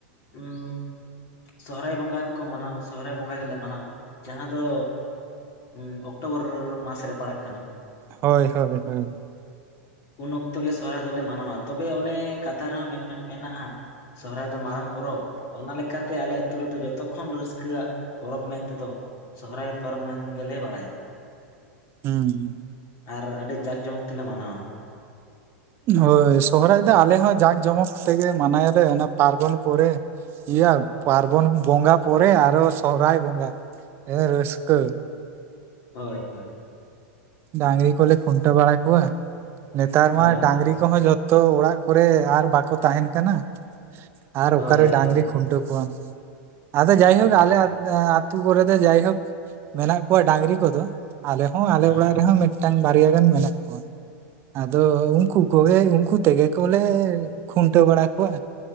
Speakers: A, on the left; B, on the right.
A: ᱩᱸᱼᱼ ᱥᱚᱦᱨᱟᱭ ᱵᱚᱸᱜᱟ ᱠᱚ ᱢᱟᱱᱟᱣᱟ, ᱥᱚᱦᱨᱟᱭ ᱵᱚᱸᱜᱟ ᱜᱮᱞᱮ ᱢᱟᱱᱟᱣᱟ ᱡᱟᱦᱟᱸ ᱫᱚ, <unintelligible> ᱚᱠᱴᱳᱵᱚᱨ ᱢᱟᱥ ᱨᱮ ᱯᱟᱲᱟᱜ ᱠᱟᱱᱟ ᱾
B: ᱦᱳᱭ ᱦᱳᱭ ᱦᱳᱭ ᱾
A: ᱩᱱ ᱚᱠᱛᱚ ᱜᱮ ᱥᱚᱨᱦᱟᱭ ᱫᱚᱞᱮ ᱢᱟᱱᱟᱣᱟ, ᱛᱚᱵᱮ ᱚᱱᱮ ᱠᱟᱛᱷᱟ ᱨᱮᱦᱚᱸ ᱢᱮ ᱢᱮᱱᱟᱜᱼᱟᱼᱼ ᱥᱚᱦᱨᱟᱭ ᱫᱚ ᱢᱟᱨᱟᱝ ᱯᱚᱨᱚᱵᱽ ᱾ ᱚᱱᱟ ᱞᱮᱠᱟᱛᱮ ᱟᱞᱮ ᱟᱹᱛᱩ ᱨᱮᱫᱚ ᱡᱚᱛᱚᱠᱷᱚᱱ ᱨᱟᱹᱥᱠᱟᱹᱼᱟᱜ ᱯᱚᱨᱚᱵᱽ ᱢᱮᱱ ᱛᱮᱫᱚ, ᱥᱚᱦᱚᱨᱟᱭ ᱯᱚᱨᱚᱵᱽ ᱢᱮᱱ ᱜᱮᱞᱮ ᱵᱟᱲᱟᱭ ᱾
B: ᱦᱩᱸ
A: ᱟᱨ ᱟᱹᱰᱤ ᱡᱟᱸᱠ ᱡᱚᱢᱚᱠ ᱛᱮᱞᱮ ᱢᱟᱱᱟᱣᱟ ᱾
B: ᱦᱳᱭ ᱥᱚᱦᱨᱟᱭ ᱫᱚ ᱟᱞᱮ ᱦᱚᱸ ᱡᱟᱸᱠ ᱡᱚᱢᱚᱠᱛᱮ ᱢᱟᱱᱟᱭᱟᱞᱮ ᱚᱱᱟ ᱯᱟᱨᱵᱚᱱ ᱯᱚᱨᱮ ᱾ ᱼᱼᱭᱟ ᱯᱟᱨᱵᱚᱱ ᱵᱚᱸᱜᱟ ᱯᱚᱨᱮ ᱟᱨ ᱥᱚᱨᱦᱟᱭ ᱵᱚᱸᱜᱟ ᱦ <unintelligible> ᱨᱟᱹᱥᱠᱟᱹ
A: ᱦᱳᱭ ᱦᱳᱭ
B: ᱰᱟᱝᱨᱤ ᱠᱚᱞᱮ ᱠᱷᱩᱱᱴᱟᱹᱣ ᱵᱟᱲᱟ ᱠᱚᱣᱟ, ᱱᱮᱛᱟᱨ ᱢᱟ
A: ᱦᱳᱭ
B: ᱰᱟᱝᱨᱤ ᱠᱚᱦᱚᱸ ᱡᱚᱛᱼᱼ ᱛᱚ ᱚᱲᱟᱜ ᱠᱚᱨᱮ ᱟᱨ ᱵᱟᱠᱚ ᱛᱟᱸᱦᱮᱱ ᱠᱟᱱᱟ ᱾ ᱟᱨ ᱚᱠᱟᱨᱮ
A: ᱦᱳᱭ ᱦᱳᱭ
B: ᱰᱟᱝᱨᱤ ᱠᱷᱩᱱᱴᱟᱹᱣ ᱠᱚᱣᱟᱢ, ᱟᱫᱚ ᱡᱟᱭᱦᱳᱠ
A: ᱦᱳᱭ
B: ᱟᱞᱮᱼᱼ ᱟᱹᱛᱩ ᱠᱚᱨᱮ ᱫᱚ ᱡᱟᱭᱦᱳᱠ ᱢᱮᱱᱟᱜ ᱠᱚᱣᱟ ᱰᱟᱝᱨᱤ ᱠᱚᱫᱚ, ᱟᱞᱮ ᱦᱚᱸ ᱟᱞᱮ
A: ᱦᱮᱸ
B: ᱚᱲᱟᱜᱼᱼ ᱨᱮᱸᱦᱚ ᱢᱤᱫᱴᱟᱝ ᱵᱟᱨᱭᱟ ᱜᱟᱱ ᱢᱮᱱᱟᱜ ᱠᱚᱣᱟ, ᱟᱫᱚ ᱩᱱᱠᱩ ᱠᱚᱜᱮ ᱩᱱᱠᱩ ᱛᱮᱜᱮᱼᱼ ᱠᱚᱞᱮ ᱠᱷᱩᱱᱴᱟᱹᱣ ᱵᱟᱲᱟ ᱠᱚᱣᱟ,